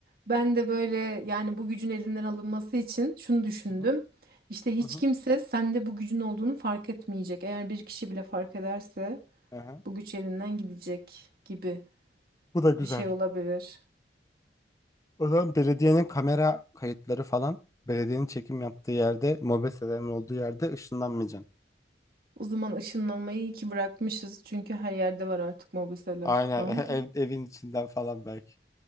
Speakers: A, on the right (about 55°); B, on the left (about 20°).
A: ben de böyle yani bu gücün elinden alınması için şunu düşündüm.
B: Hı hı.
A: İşte hiç
B: Hı hı.
A: kimse sende bu gücün olduğunu fark etmeyecek. Eğer bir kişi bile fark ederse
B: Hı hı.
A: bu güç elinden gidecek gibi
B: bu da güzel
A: bir şey olabilir.
B: o zaman belediyenin kamera kayıtları falan belediyenin çekim yaptığı yerde mobeselerin olduğu yerde ışınlanmayacaksın
A: O zaman ışınlanmayı iyi ki bırakmışız. Çünkü her yerde var artık mobeseler.
B: Aynen
A: Aa.
B: <laughs>
A: <laughs>
B: ev- evin içinden falan belki.